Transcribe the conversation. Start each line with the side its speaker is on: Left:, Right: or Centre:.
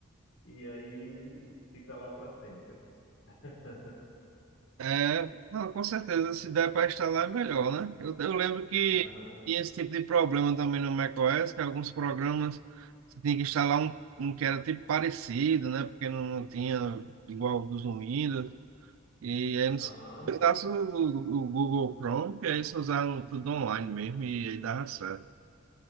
Left: e aí fica lá para sempre. <laughs>
Right: É, não, com certeza, se der para instalar é melhor, né? Eu, eu lembro que
Left: Aham,
Right: tinha esse tipo de problema também no macOS, que alguns programas você tinha que instalar um, um que era tipo parecido, né? Porque não, não tinha igual dos no Windows. E aí eles
Left: aham,
Right: usaram o, o Google Chrome, que aí eles usaram tudo online mesmo, e aí dava certo.